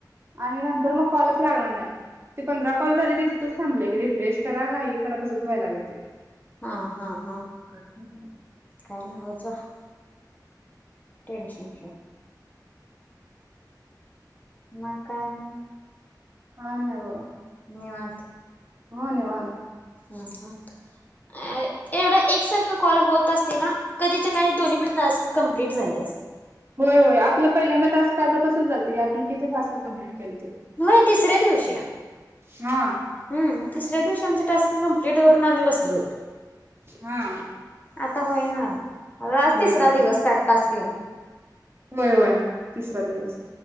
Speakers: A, on the right; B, on the left.
A: आणि नंतर मग कॉलच लागला नाही ते पंधरा कॉल झाले तिथेच थांबले रिफ्रेश करा काही करा तसंच व्हाय लागलय ते
B: हा हा हा
A: काय सांगितलं
B: काय नव्हचं बाई
A: हम्
B: टेन्शन मग काय आणि
A: काय नाही बाबा
B: निवांत
A: हो निवांत
B: हम् ह अ एवढा एकसारख कॉल होत असते ना कधीच्या काही दोन्हीपण टास्क कंप्लीट झाले असते.
A: होय होय आपलं पहिल्यांदा टास्क आलता तसच झालत की आपण किती फास्ट कंप्लीट केलंत.
B: होय तिसऱ्या दिवशी
A: हा
B: हम् तिसऱ्या दिवशी आमच टास्क कंप्लीट करून आम्ही बसलो होतो.
A: हा
B: आता होईना आज
A: होय
B: तिसरा
A: ना
B: दिवस का टास्क येेऊन.
A: होय होय तिसरा दिवस